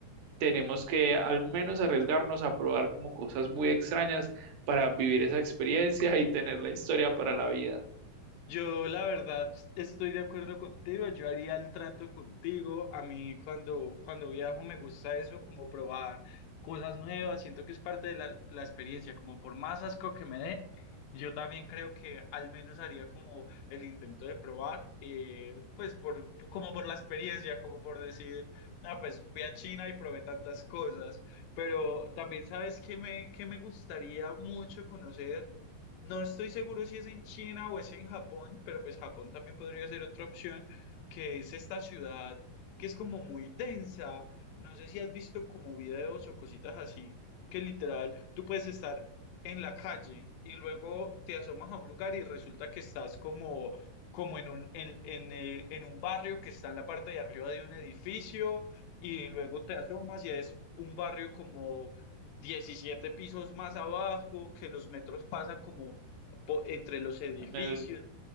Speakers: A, on the right; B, on the left.
A: tenemos que al menos arriesgarnos a probar como cosas muy extrañas para vivir esa experiencia y tener la historia para la vida.
B: Yo la verdad estoy de acuerdo contigo, yo haría el trato contigo. A mí cuando, cuando viajo me gusta eso, como probar cosas nuevas, siento que es parte de la, la experiencia, como por más asco que me dé, yo también creo que al menos haría como el intento de probar, eh, pues por, como por la experiencia, como por decir, no, pues fui a China y probé tantas cosas, pero también sabes que me, que me gustaría mucho conocer. No estoy seguro si es en China o es en Japón, pero pues Japón también podría ser otra opción, que es esta ciudad que es como muy densa. No sé si has visto como videos o cositas así, que literal tú puedes estar en la calle y luego te asomas a un lugar y resulta que estás como, como en un, en, en, eh, en un barrio que está en la parte de arriba de un edificio y luego te asomas y es un barrio como 17 pisos más abajo, que los metros pasan como po- entre los edificios.
A: Me-